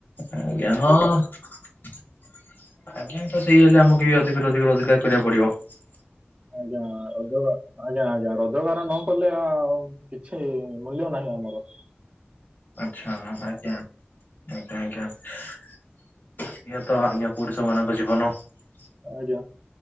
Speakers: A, on the left; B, on the right.
A: ଆଜ୍ଞା ହଁ ଆଜ୍ଞା ତ ସେଇଆ । ହେଲେ ଆମକୁ ବି ଅଧିକରୁ ଅଧିକ ରୋଜଗାର କରିବାକୁ ପଡିବ ।
B: ଆଜ୍ଞା ଅଦବା ଆଜ୍ଞା ଆଜ୍ଞା ।ର ଯୋଗାର ନ କଲେ ଆ କିଛି ମୂଲ୍ୟ ନାହିଁ ଆମର ।
A: ଆଛା ଆଜ୍ଞା ଆଜ୍ଞା ଆଜ୍ଞା । ସିଏ ତ ଆଜ୍ଞା ପୁରୁଷ ମାନଙ୍କ ଜୀବନ ।
B: ଆଜ୍ଞା